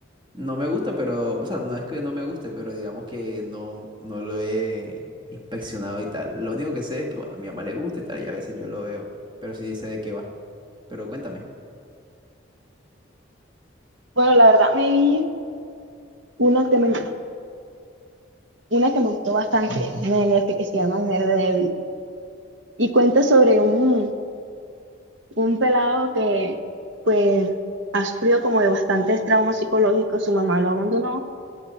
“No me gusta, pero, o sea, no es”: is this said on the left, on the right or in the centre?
Right